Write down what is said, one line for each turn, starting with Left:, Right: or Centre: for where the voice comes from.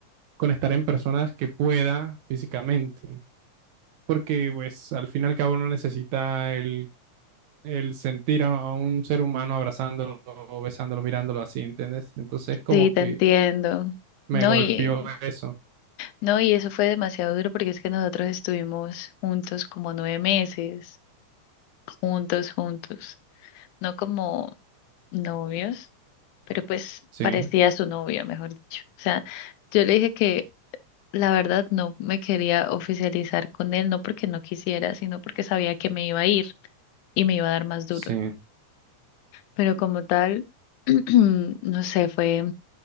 Right: con estar en personas que pueda físicamente. Porque pues al fin y al cabo no necesita el el sentir a a un ser humano abrazándolo, besándolo, mirándolo así, ¿entiendes? Entonces como
Left: Sí, te
Right: que
Left: entiendo.
Right: me
Left: No,
Right: golpeó
Left: y
Right: eso.
Left: No, y eso fue demasiado duro porque es que nosotros estuvimos juntos como nueve meses, juntos, juntos, no como novios, pero pues
Right: Sí,
Left: parecía su novia, mejor dicho. O sea, yo le dije que la verdad no me quería oficializar con él, no porque no quisiera, sino porque sabía que me iba a ir y me iba a dar más duro.
Right: sí,
Left: Pero como tal, <clears throat> no sé, fue